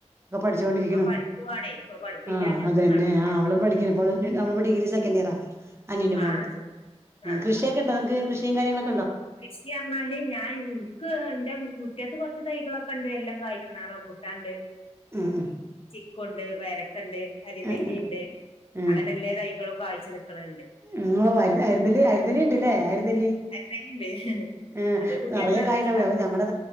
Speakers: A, on the right (about 20°); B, on the left (about 50°).
A: ഒക്കെ പഠിച്ചൊണ്ടിരിക്കണു
B: ഇപ്പൊ പഠിക്കുവാണേ ഇപ്പൊ പഠിപ്പില്ലാഞ്ഞ
A: ആഹ് അത്
B: ഒന്നും
A: തന്നെ
B: നടക്കൂല
A: ആ അവളും പഠിക്കണിപ്പോള് അവള് ഇപ്പോ ഡിഗ്രിസെക്കന്റ്‌ ഇയറാ അനിയന്റെ
B: ആ
A: മോള്
B: ശരി ആ
A: കൃഷിയൊക്കെയിണ്ടോ നിങ്ങക്ക് കൃഷിയും കാര്യങ്ങള്
B: കൃഷി പറഞ്ഞാല് ഞാൻ ഇൻക്ക് എന്റെ മുറ്റത്ത് കൊറ് തൈകളൊക്കെയുണ്ട് എല്ലാം കായ്ക്കണ റമ്പൂട്ടാൻണ്ട്
A: ഉം ഉം
B: ചിക്കുയുണ്ട് പേരക്ക - ക്കണ്ട് അരിനെല്ലിയിണ്ട്
A: ഉം ഉം
B: അങ്ങനെ എല്ലാ തൈകളും കായ്ച്ച് നിക്കണ് ണ്ട്
A: ഉം അര് അരിനെല്ലി അരിനെല്ലി ഉണ്ടല്ലേ അരിന്നെല്ലി
B: അരിനെല്ലിണ്ട്
A: ങേ
B: അത് കുട്ടികൾക്ക്
A: നിറയ
B: നല്ല
A: കായിണ്ടാവല്ലോ
B: ഇഷ്ടാ
A: ഞങ്ങളെ